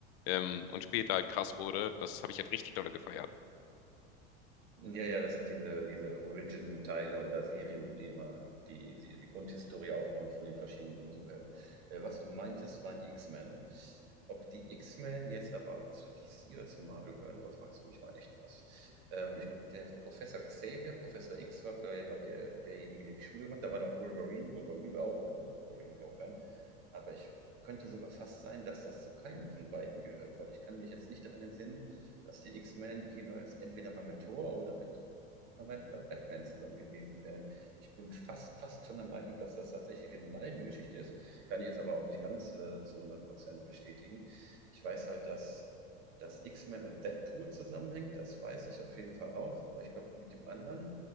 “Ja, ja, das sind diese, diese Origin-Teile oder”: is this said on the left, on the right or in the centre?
Right